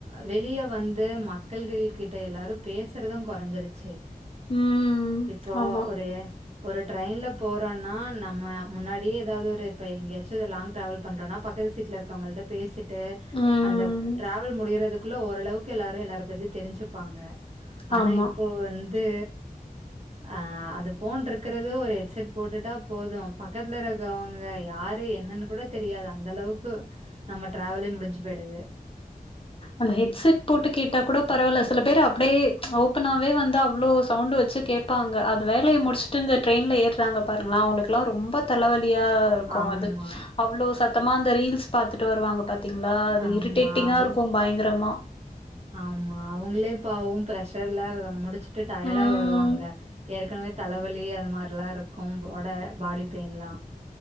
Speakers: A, on the right; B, on the left.
A: வெளிய வந்து மக்கள்கள் கிட்ட எல்லாரு பேசுறது கொறஞ்சிருச்சு
B: ம்
A: இப்போ
B: ஆமா
A: ஒரு ஒரு ட்ரெயின்ல போறோனா நம்ம முன்னாடியே எதாவ்து ஒரு இப்ப எங்கயாச்சு லாங் ட்ராவல் பண்றோனா பக்கத்து சீட்லரு க்கோங்கள்ட்ட பேசிட் ட்டு
B: ம்
A: அந்த டிராவல் முடியறதுக்குள்ள ஓரளவுக்கு எல்லாரு எல்லாரு பத்தி தெரிஞ்சுப்பாங்க ஆனா
B: ஆமா
A: இப்போ வந்து ஆ அந்த ஃபோன்ட்ரு க்றது ஒரு ஹெட்செட் போட்டுட்டா போது பக்கத்ல இருக்கோவங்க யாரு என்னன் கூட தெரியாது அந்தளவுக்கு நம்ம டிராவலே முடுஞ்சு போய்டுது
B: அந்த ஹெட்செட் போட்டு கேட்டா கூட பரவால்ல சில பேரு அப்டே ஓபனாவே வந்து அவ்ளோ சவுண்டு வச்சு கே ப்பாங்க அது வேலய முடுச்ட்டு இந்த ட்ரெயின்ல ஏறாங்க பாருங்ளே அவுங்ளுக்லா ரொம்ப தலவலியா இருக்கு
A: ஆமா,
B: அது அவ்ளோ சத்தமா அந்த ரீல்ஸ் பாத்துட்டு வருவாங்க பாத்தீங்ளா அது
A: ஆமா.
B: இருடேட்டிங்காரு
A: அவங்க
B: க்கு பயங்கரமா
A: ஆமா அவுங்ளே பாவோ ப்ரெஷர்ல முடிச்சுட்டு டயர்டா
B: ம்
A: வருவாங்க ஏற்கனவே தலவலி அது மார்லாருக்கு போட பாடி பெயின்லா